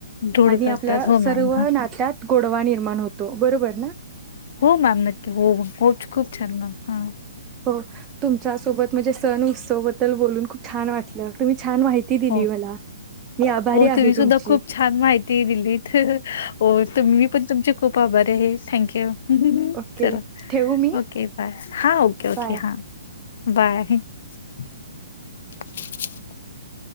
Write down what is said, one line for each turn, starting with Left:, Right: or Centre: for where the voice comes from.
Left: धूड
Right: आणि
Left: करतात
Right: आपल्या
Left: हो
Right: सर्व
Left: मॅम हा
Right: नात्यात गोडवा निर्माण होतो, बरोबर ना.
Left: हो मॅम नक्की हो, हो खुच खूप छान मॅम अ
Right: हो तुमच्या सोबत म्हणजे सण उत्सव बद्दल बोलून, खूप छान वाटलं तुम्ही छान माहिती दिली
Left: हो
Right: मला मी आभारी
Left: तुम्ही
Right: आहे
Left: सुद्धा
Right: तुमची
Left: खूप छान माहिती दिलीत हहः हो, तुम्ही पण तुमची खूप आभारी आहे थँक्यू!
Right: ओके
Left: चला
Right: ठेवू मी
Left: ओके, बाय हा ओके, ओके
Right: बाय
Left: हा बाय. <inaudible>